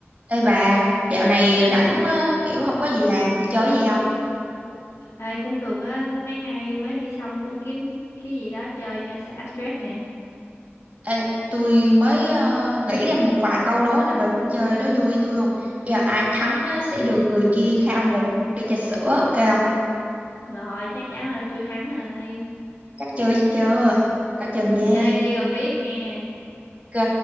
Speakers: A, on the right; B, on the left.
A: Ê bà, dạo này rảnh quá, kiểu không có gì làm, chơi gì không?
B: Ai cũng được á, mấy nay mới thi xong cũng kiếm cái gì đó chơi cho xả stress nè.
A: Ê, tôi mới ờ, nghĩ ra một vài câu đố nè, bà muốn chơi đố vui với tôi không? Giờ ai thắng á, sẽ được người kia khao một ly trà sữa, ok không?
B: Rồi, chắc chắn là tôi thắng rồi.
A: Chắc chưa, chắc chưa, coi chừng nha.
B: Chơi đi rồi biết nghe
A: Ok,